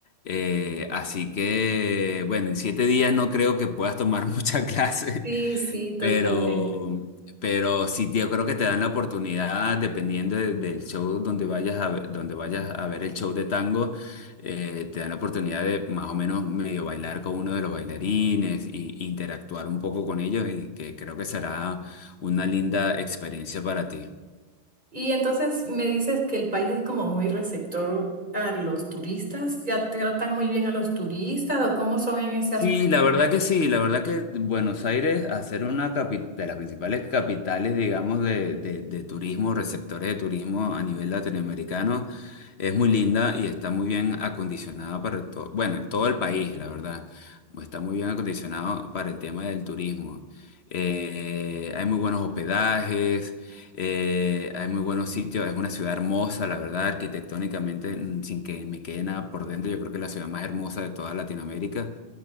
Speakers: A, on the left (about 65°); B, on the right (about 40°).
A: Eh, así que, bueno, en siete días no creo que puedas tomar <laughs> mucha clase.
B: Sí, sí, totalmente.
A: Pero, pero sí, tío, creo que te dan la oportunidad, dependiendo de- del show donde vayas a ver, donde vayas a ver el show de tango, eh, te dan la oportunidad de más o menos medio bailar con uno de los bailarines y interactuar un poco con ellos, y que creo que será una linda experiencia para ti.
B: Y entonces me dices que el país es como muy receptor a los turistas, ¿ya tratan muy bien a los turistas o cómo son en ese
A: Sí,
B: aspecto?
A: la verdad que sí, la verdad que Buenos Aires, a ser una capi- de las principales capitales, digamos, de, de- de turismo, receptores de turismo a nivel latinoamericano, es muy linda y está muy bien acondicionada para todo, bueno, todo el país, la verdad, está muy bien acondicionado para el tema del turismo. Eh, hay muy buenos hospedajes, eh, hay muy buenos sitios, es una ciudad hermosa, la verdad, arquitectónicamente, mm, sin que me quede nada por dentro, yo creo que es la ciudad más hermosa de toda Latinoamérica.